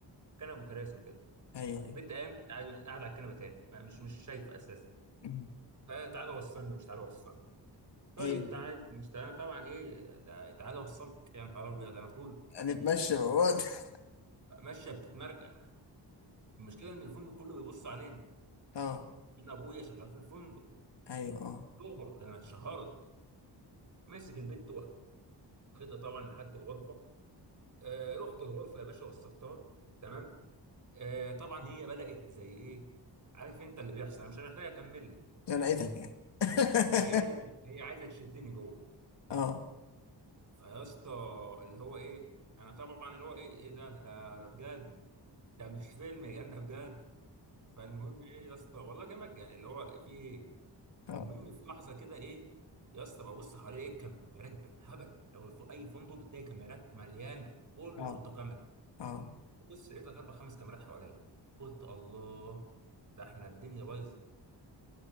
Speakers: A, on the right (about 45°); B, on the left (about 75°).
A: كنب وكراسي وكده
B: أيوه أيوه
A: البت قامت قاعده على الكنبه تاني ما- مش مش شايفه اساسا
B: مم.
A: فتعالى وصلني ومش تعالى وصلني طيب
B: هي دي.
A: تعالى مش تعالى طبعا ايه ده تعالى وصلك يا نهار ابيض انا طول
B: هنتمشى مع بعض <laughs>
A: ماشيه بتتمرجح المشكله ان الفندق كله بيبص علينا
B: أه
A: هنا ابويا شغال في الفندق
B: أيوه أه
A: شهره انا اتشهرت ماسك البت واخدها طبعا لحد الغرفه آه رحت الغرفه يا باشا وصلتها تمام آه طبعا هي بدأت زي ايه عارف انت اللي بيحصل انا مش محتاج اكمل لك
B: ده لقيتك يعني <laughs>
A: هي عايزه تشد هي عايزه تشدني جوه
B: أه
A: فيا اسطى اللي هو ايه انا طبعا اللي هو ايه ايه ده ده ده بجد ده مش فيلم يا جدعان ده بجد فالمهم ايه يا اسطى والله كلامك يعني اللي هو في ايه
B: أه
A: المهم في لحظه كده ايه يا اسطى ببص حوالي ايه الكاميرات بالهبل لو في اي فندق بتلاقي كاميرات مليانه كل
B: أه
A: نقطه كاميرا
B: أه
A: بص لقيت لك اربع خمس كاميرات حواليا قلت الله ده احنا الدنيا بايظه